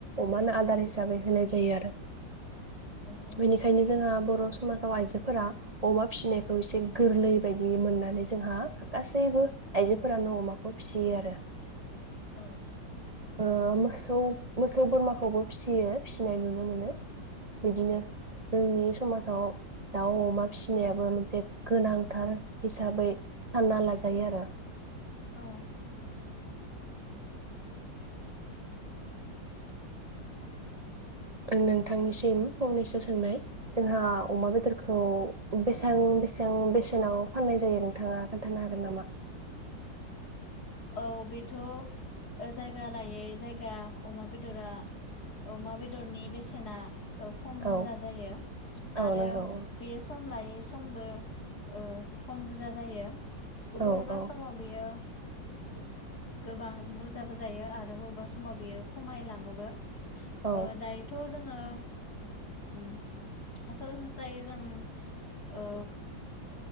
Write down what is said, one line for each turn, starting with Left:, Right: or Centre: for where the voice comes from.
Right: अमानो आद आदार हिसाबै होनाय जायो आरो
Left: औ
Right: बेनिखायनो जोंहा ब बर' समाजाव आइजोफोरा अमा फिसिनायखौ एसे गोरलै बायदि मोननानै जोंहा गासैबो आइजोफोरानो
Left: औ औ
Right: अमाखौ फिसियो आरो।
Left: औ
Right: <inaudible> ओ मोसौ मोसौ बोरमाखौबो फिसियो फिसिनाय नुनो मोनो। बिदिनो जोंनि समाजाव दाउ अमा फिसिनायाबो मोनसे गोनांथार हिसाबै सानना लाजायो आरो
Left: औ
Right: नोंथांनिसिम फंनैसो सोंनाय जोंहा अमा बेदरखौ बेसेबां-बेसेबां बेसेनाव फाननाय जायो नोंथाङा खोन्थानो हागोन नामा
Left: औ बेथ जायगा जायगा लायै-जायगा अमा बेदरा अमा बेदरनि बेसेना ओ खम
Right: औ
Left: बुरजा जायो,
Right: औ
Left: आरो
Right: नंगौ
Left: बेयो सम लायै समबो ओ खम बुरजा जायो। बबेबा
Right: औ औ
Left: समाव बियो
Right: <inaudible>
Left: गोबां बुरजाबो जायो आरो बबेबा समाव बि खमायलाङोबो
Right: औ
Left: ओ दायोथ' जोङो उम सरासनस्रायै जों
Right: <inaudible>
Left: ओ